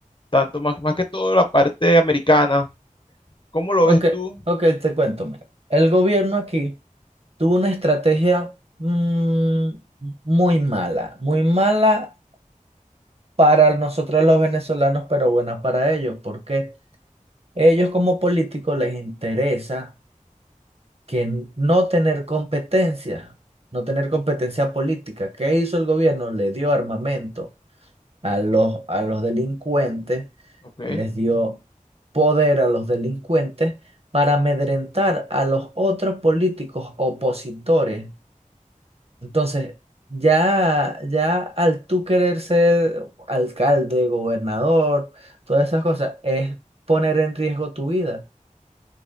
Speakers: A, on the left (about 35°); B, on the right (about 45°).
A: tanto más, más que todo la parte americana, ¿cómo lo
B: Ok,
A: ves tú?
B: ok, te cuento. mira. El gobierno aquí tuvo una estrategia mm, muy mala, muy mala para nosotros los venezolanos, pero buena para ellos, porque ellos como políticos les interesa que n- no tener competencia, no tener competencia política. ¿Qué hizo el gobierno? Le dio armamento a los, a los delincuentes,
A: Ok,
B: les dio poder a los delincuentes para amedrentar a los otros políticos opositores. Entonces, ya, ya al tú querer ser alcalde, gobernador, todas esas cosas, es poner en riesgo tu vida.